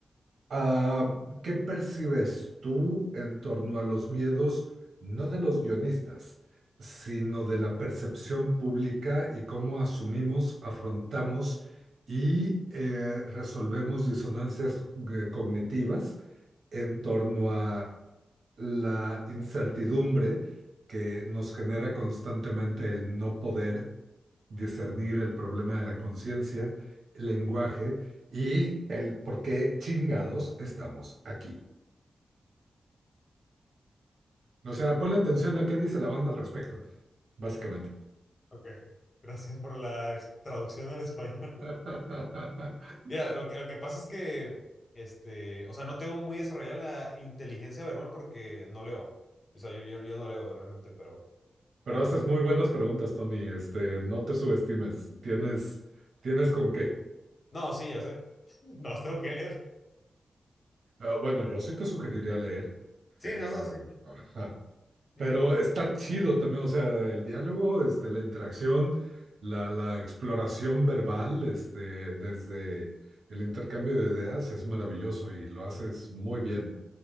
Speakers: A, on the right; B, on the left.
A: ah, ¿qué percibes tú en torno a los miedos, no de los guionistas, sino de la percepción pública y cómo asumimos, afrontamos y eh, resolvemos disonancias eh, cognitivas en torno a la incertidumbre que nos genera constantemente el no poder discernir el problema de la conciencia, el lenguaje y el por qué chingados estamos aquí. O sea, ponle atención a qué dice la banda al respecto, básicamente.
B: ok. Gracias por la ex- traducción al español.
A: <laughs>
B: Mira, lo que, lo que pasa es que, este, o sea, no tengo muy desarrollada la inteligencia verbal porque no leo. O sea, yo, yo, yo no leo realmente, pero,
A: Pero
B: ajá.
A: haces muy buenas preguntas, Tony. Este, no te subestimes. Tienes, tienes con qué.
B: No, sí, ya sé. <laughs> No, tengo que leer.
A: Ah, bueno, yo sí te sugeriría leer.
B: Sí,
A: Eh,
B: no, no, sí.
A: ajá.
B: Ujú.
A: Pero está chido también, o sea, el diálogo, este, la interacción, la, la exploración verbal, este, desde el intercambio de ideas es maravilloso y lo haces muy bien.